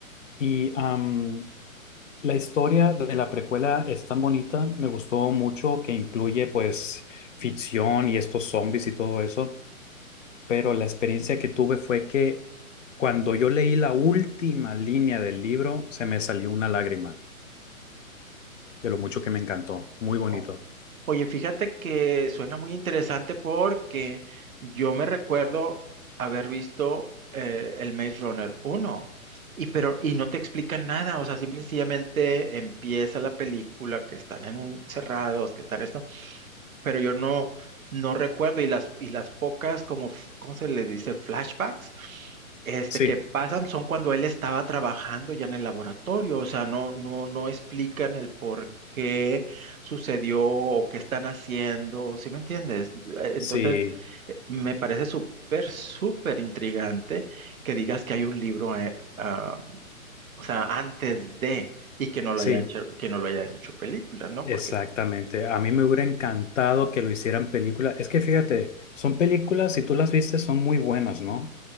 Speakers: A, on the left; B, on the right.
A: Y am, la historia de la precuela es tan bonita, me gustó mucho que incluye pues ficción y estos zombies y todo eso, pero la experiencia que tuve fue que cuando yo leí la última línea del libro se me salió una lágrima de lo mucho que me encantó, muy bonito.
B: Oh. Oye, fíjate que suena muy interesante porque yo me recuerdo haber visto eh, el Maze Runner uno y pero y no te explican nada, o sea, simple y sencillamente empieza la película que están en un- encerrados, que están en pero yo no, no recuerdo y las, y las pocas como, f- ¿cómo se le dice? Flashbacks, este,
A: Sí,
B: que pasan son cuando él estaba trabajando ya en el laboratorio, o sea, no, no, no explican el por qué sucedió o qué están haciendo, ¿sí me entiendes? Eh, Entonces,
A: sí,
B: eh, me parece súper, súper intrigante que digas que hay un libro, eh, ah, o sea, antes de, y que no lo
A: sí,
B: hayan hecho, que no lo hayan hecho película, ¿no?
A: exactamente.
B: Porque,
A: A mí me hubiera encantado que lo hicieran película. Es que fíjate, son películas, si tú las viste, son muy buenas, ¿no?